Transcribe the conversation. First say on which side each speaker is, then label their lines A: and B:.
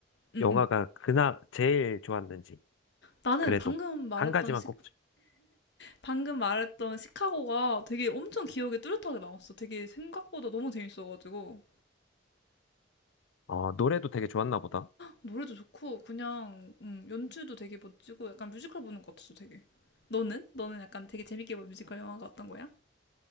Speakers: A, on the left; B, on the left.
A: 응,
B: 영화가
A: 응.
B: 그나 제일 좋았는지
A: 나는
B: 그래도
A: 방금 말했던
B: 한 가지만
A: 시,
B: 꼭.
A: 방금 말했던 시카고가 되게 엄청 기억에 뚜렷하게 남았어. 되게 생각보다 너무 재밌어가지고.
B: 어, 노래도 되게 좋았나 보다.
A: 노래도 좋고 그냥 음, 연출도 되게 멋지고 약간 뮤지컬 보는 것 같았어 되게. 너는? 너는 약간 되게 재밌게 본 뮤지컬 영화가 어떤 거야?